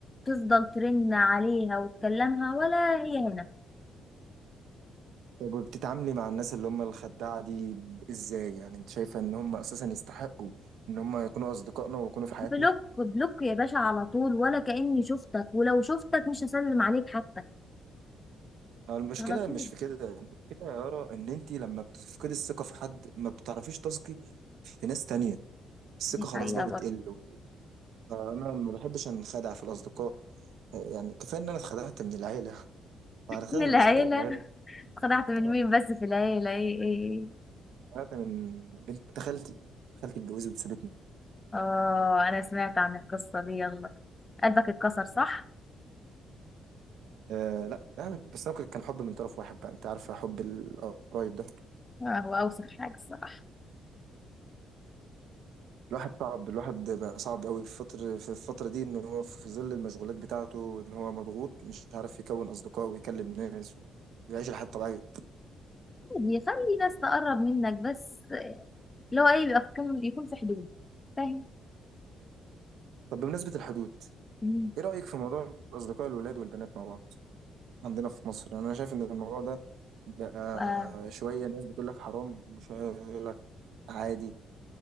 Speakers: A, on the left (about 25°); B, on the right (about 80°).
A: تفضل ترن عليها وتكلمها ولا هي هنا
B: طب بتتعاملي مع الناس اللي هم الخداعة دي ب- ازاي يعني انت شايفة ان هم اساسا يستحقوا ان هم يكونوا اصدقائنا ويكونوا في حياتنا
A: بلوك بلوك يا باشا على طول ولا كأني شفتك ولو شفتك مش هسلم عليك حتى
B: ما المشكلة
A: على طول
B: مش في كده المشكلة يا يارا ان انت لما بتفقدي الثقة في حد ما بتعرفيش تثقي في ناس تانية الثقة
A: دي
B: خلاص
A: حقيقة
B: بقى بتقل
A: برضه
B: فأنا ما بحبش أنخدع في الأصدقاء آه، يعني كفاية إن أنا اتخدعت من العيلة <laughs> فأنا خدعت
A: من العيلة
B: من الأصدقاء بالعيلة
A: اتخدعت من
B: آه،
A: مين بس في العيلة ايه ايه ايه
B: اتخدعت من بنت خالتي خالتي اتجوزت وسابتني
A: اه انا سمعت عن القصة دي يلا قلبك اتكسر صح
B: أه لا يعني بس أنا كنت- كان حب من طرف واحد بقى أنت عارفة حب القرايب ده
A: آه، هو اوسخ حاجة الصراحة
B: الواحد صعب الواحد بقى صعب قوي في فترة في الفترة دي إن هو في ظل المشغولات بتاعته إن هو مضغوط مش عارف يكون أصدقاء ويكلم ناس ويعيش الحياة الطبيعية
A: عادي خلي ناس تقرب منك بس آه، لو اي بيبقى في كم- يكون في حدود فاهم
B: طب بمناسبة الحدود
A: مم.
B: إيه رأيك في موضوع الأصدقاء الولاد والبنات مع بعض؟ عندنا في مصر يعني انا شايف ان الموضوع ده بقى
A: آه.
B: شويه ناس بتقول لك حرام وشويه يقول لك عادي